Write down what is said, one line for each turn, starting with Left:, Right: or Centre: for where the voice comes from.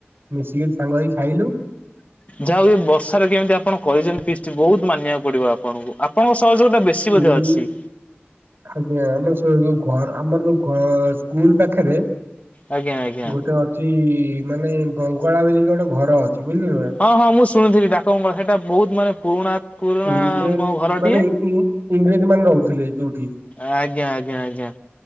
Right: ମିଶିକି ସାଙ୍ଗ ହେଇ ଖାଇଲୁ।
Left: ଯାହା ହଉ ବର୍ଷାରେ କେମିତି ଆପଣ କରିଛନ୍ତି ଫିଷ୍ଟ ବହୁତ ମାନିବାକୁ ପଡିବ ଆପଣଙ୍କୁ। ଆପଣଙ୍କ ସହଯୋଗ ଟା ବେଶୀ
Right: ଉଁ
Left: ବୋଧେ ଅଛି।
Right: ଆଜ୍ଞା ଆମ ଯୋ ଯୋଉ ଘ ଆମର ଯୋଉ ଗ ସ୍କୁଲ ପାଖରେ
Left: ଆଜ୍ଞା ଆଜ୍ଞା।
Right: ଗୋଟେ ଅଛି ମାନେ ବଙ୍ଗଳା ବୋଲିକି ଗୋଟେ ଘର ଅଛି ବୁଝିଲ ନା।
Left: ହଁ ହଁ ମୁଁ ଶୁଣିଥିଲି ଡାକ ବଙ୍ଗଳା ସେଇଟା ବହୁତ ମାନେ ପୁରୁଣା ପୁରୁଣା
Right: ଉଁ ମେ
Left: ମୋ ଘରଟିଏ।
Right: ମାନେ ଇ ଇଂରେଜ ମାନେ ରହୁଥିଲେ ଯୋଉଠି।
Left: ଆଜ୍ଞା ଆଜ୍ଞା ଆଜ୍ଞା।